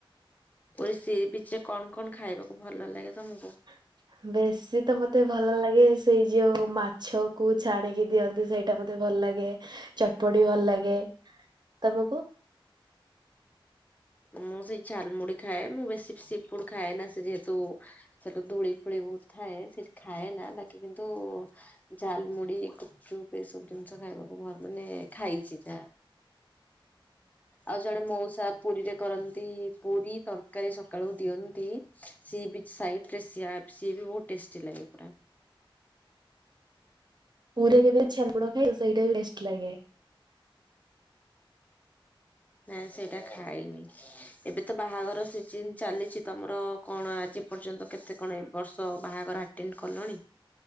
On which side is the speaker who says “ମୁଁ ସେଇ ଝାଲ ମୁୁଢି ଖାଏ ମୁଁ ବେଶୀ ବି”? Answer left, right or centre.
Left